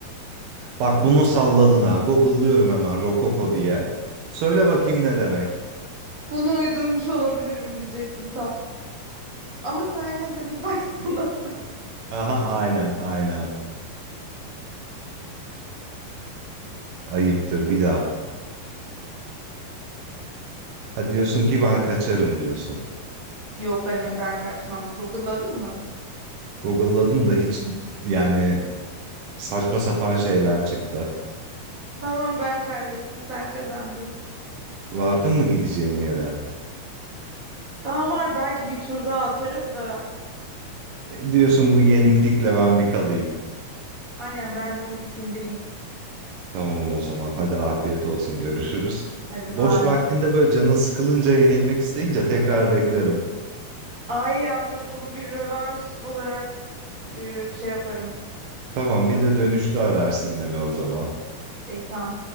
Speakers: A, on the right; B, on the right.
A: Bak bunu salladın ha. Google'lıyorum hemen Rokoko diye. Söyle bakayım ne demek?
B: Bunu uydurmuş olabilirim diyecektim tam. Ama sen yine de bir baksana.
A: Aha aynen aynen. Ayıptır bir daha. Ha diyorsun ki ben kaçarım diyorsun.
B: <laughs> Yok ben ben kaçmam. Google'ladın mı?
A: Google'ladım da hiç yani saçma sapan şeyler çıktı.
B: Tamam ben kaybettim, sen kazandın.
A: Vardın mı gideceğin yere?
B: Daha var belki bir tur daha atarız da.
A: E, diyorsun bu yeniklikle ben bir kalayım.
B: Aynen ben bunu bir sindireyim.
A: Tamam o zaman. Hadi afiyet olsun. Görüşürüz.
B: Hadi
A: Boş
B: bay.
A: vaktinde böyle canın sıkılınca yenilmek isteyince tekrar beklerim.
B: Ay yalnız bunu bir rövanş olarak e, şey yaparım.
A: Tamam bir
B: Kabul.
A: de dönüşte ararsın beni o zaman.
B: İyi tamam.